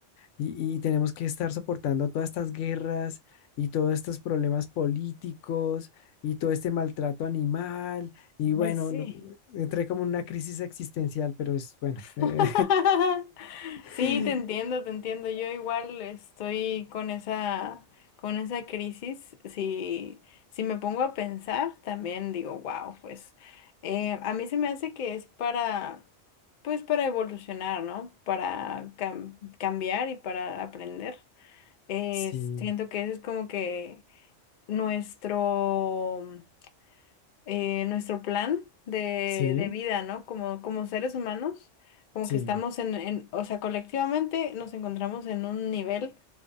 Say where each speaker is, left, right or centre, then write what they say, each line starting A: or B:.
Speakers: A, on the left; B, on the left.
A: Y, y tenemos que estar soportando todas estas guerras y todos estos problemas políticos y todo este maltrato animal. Y bueno,
B: Ay, sí.
A: no- entré como en una crisis existencial, pero es bueno. eh,
B: <laughs>
A: <laughs>
B: Sí, te entiendo, te entiendo. Yo igual estoy con esa, con esa crisis. Si, si me pongo a pensar, también digo, wow, pues eh, a mí se me hace que es para, pues para evolucionar, ¿no? Para cam- cambiar y para aprender. Eh,
A: Sí,
B: siento que eso es como que nuestro, eh, nuestro plan de,
A: sí,
B: de vida, ¿no? Como, como seres humanos, como
A: sí.
B: que estamos en, en- o sea, colectivamente nos encontramos en un nivel